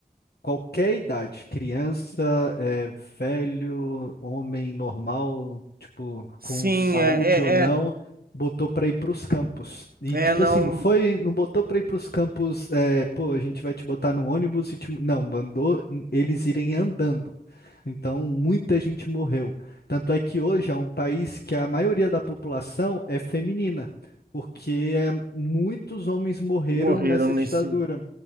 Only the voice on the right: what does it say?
Sim,
é,
é,
é,
é, não
morreram
nesse.